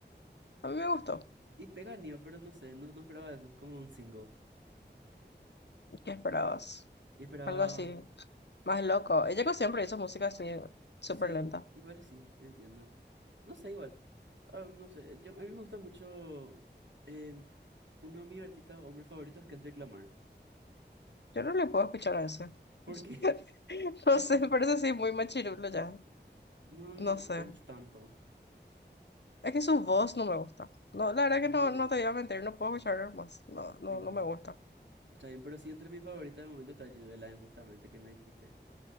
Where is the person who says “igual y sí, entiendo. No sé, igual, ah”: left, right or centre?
Right